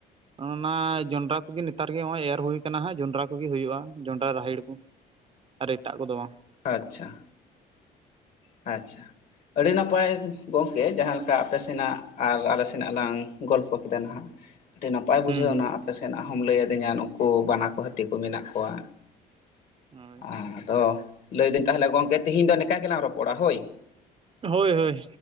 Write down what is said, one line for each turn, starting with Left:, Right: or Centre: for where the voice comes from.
Right: ᱚᱱᱟ ᱡᱚᱱᱰᱨᱟ ᱠᱚᱜᱮ ᱱᱮᱛᱟᱨ ᱜᱮ ᱱᱚᱜ- ᱚᱭ ᱮᱨ ᱦᱩᱭ ᱟᱠᱟᱱᱟ ᱦᱟᱸᱜ ᱡᱚᱸᱰᱨᱟ ᱠᱚᱜᱮ ᱦᱩᱭᱩᱜᱼᱟ ᱡᱚᱸᱰᱨᱟ ᱨᱟᱦᱮᱲ ᱠᱚ ᱟᱨ ᱮᱴᱟᱜ ᱠᱚ ᱫᱚ ᱵᱟᱝ
Left: ᱟᱪᱪᱷᱟ ᱟᱪᱪᱷᱟ᱾ ᱟᱹᱰᱤ ᱱᱟᱯᱟᱭ ᱜᱚᱝᱠᱮ ᱡᱟᱦᱟᱸ ᱞᱮᱠᱟ ᱟᱯᱮ ᱥᱮᱱᱟᱜ ᱟᱨ ᱟᱞᱮ ᱥᱮᱱᱟᱜ ᱞᱟᱝ ᱜᱚᱞᱯᱷᱚ ᱠᱮᱫᱟ ᱱᱟᱦᱟᱸᱜ ᱟᱹᱰᱤ ᱱᱟᱯᱟᱭ ᱵᱩᱡᱷᱟᱹᱣ
Right: ᱦᱩᱸ ᱦᱩᱸ
Left: ᱮᱱᱟ ᱟᱯᱮ ᱥᱮᱱᱟᱜ ᱦᱚᱢ ᱞᱟᱹᱭ ᱟᱹᱫᱤᱧᱟ ᱱᱩᱠᱩ ᱵᱟᱱᱟ ᱠᱚ ᱦᱟᱹᱛᱤ ᱠᱚ ᱢᱮᱱᱟᱜ ᱠᱚᱣᱟ᱾
Right: ᱦᱳᱭ
Left: ᱟᱫᱚ ᱞᱟᱹᱭᱫᱟᱹᱧ ᱛᱟᱦᱞᱮ ᱜᱚᱝᱠᱮ ᱛᱤᱦᱤᱧ ᱫᱚ ᱱᱮᱝᱠᱟ ᱜᱮᱞᱟᱝ ᱨᱚᱯᱚᱲᱟ ᱦᱳᱭ
Right: ᱦᱳᱭ ᱦᱳᱭ